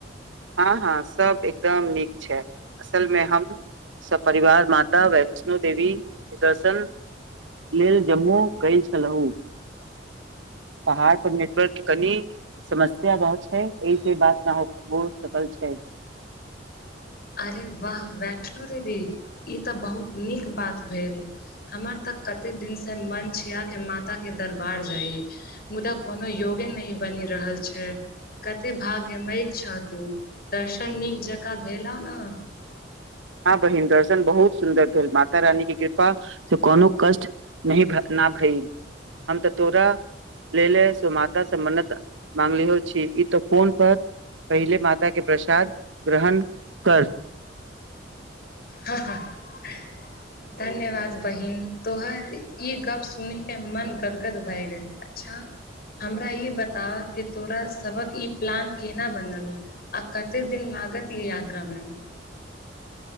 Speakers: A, on the right; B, on the left.
A: हाँ हाँ सब एकदम नीक छै असलमे हम स परिवार माता वैष्णो देवीके दर्शन लेल जम्मू गेय छलहूँ पहाड़ पर नेटवर्कके कनि समस्या रहत छै एहिसे बात ना हो कतह छै
B: अरे वाह वैष्णो देवी ई तऽ बहुत नीक बात भेल। हमर तक कते दिन से मन छिया के माता के दरबार जाइ मुदा कोनो योगे नहि बनि रहल छै। कते भाग हे मै छतू दर्शन
A: छै
B: नीक जकाँ भेलहु ने
A: हाँ बहिन दर्शन बहुत सुन्दर भेल माता रानीके कृपा से कोनो कष्ट नहि भे-ना भई हम तऽ तोरा लेले स माता से मन्नत मांगले हो छी ई तऽ फोन पर पहिले माता के प्रसाद ग्रहण कर
B: हँ-ह-हँ
A: <inaudible>
B: धन्यवाद बहिन तोहर ई गप सुनके मन गदगद भए गेल अच्छा हमरा ई बताव कि तोरा सबक ई प्लान केना बनल? आ कते दिन लागत ई यात्रा मे?